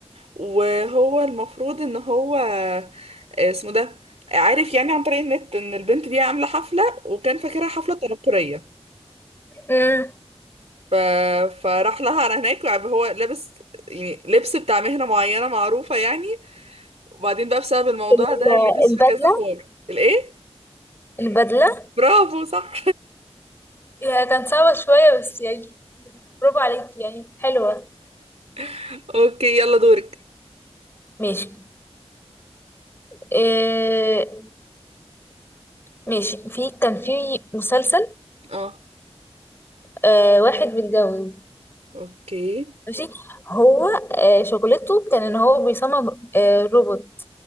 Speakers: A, on the right; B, on the left.
A: وهو المفروض ان هو آه، اسمه ده عارف يعني عن طريق النت ان البنت دي عاملة حفلة وكان فاكرها حفلة تنكرية
B: امم
A: ف... فراح لها على هناك بقى هو لابس يعني لبس بتاع مهنة معينة معروفة يعني وبعدين بقى بسبب الموضوع
B: ال-
A: ده لبس
B: البدلة
A: في كذا حوار الايه
B: البدلة
A: برافو صح
B: هي كانت صعبة شوية بس يعني برافو عليك يعني حلوة
A: <laughs> اوكي يلا دورك
B: ماشي إيه ماشي في كان في مسلسل
A: اه
B: آه واحد متجوز
A: اوكي
B: ماشي هو آه شغلته كان ان هو بيصمم آه روبوت